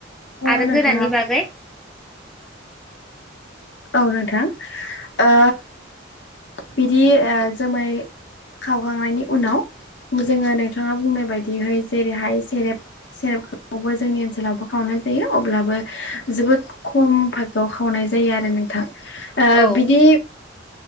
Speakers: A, on the left; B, in the centre.
A: अ
B: आरो
A: नोंथाङा
B: गोराननि बागै
A: औ नोंथां ओ बिदि ओ जोमाय खावखांनायनि उनाव जोङो नोंथाङा बुंनाय बायदिहै जेरैहाय सेरेब- सेरेबखौबो जोंनि ओनसोलावबो खावनो जायो अब्लाबो जोबोद खम फआव खावनाय जायो आरो। नोंथां ओ
B: औ
A: बिदि